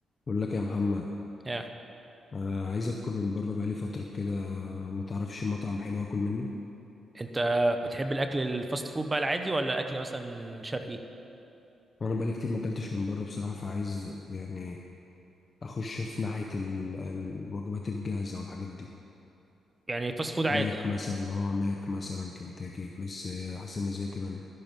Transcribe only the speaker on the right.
يا
انت بتحب الاكل الفاست فود بقى العادي ولا اكل مثلا شرقي
يعني فاست فود عادي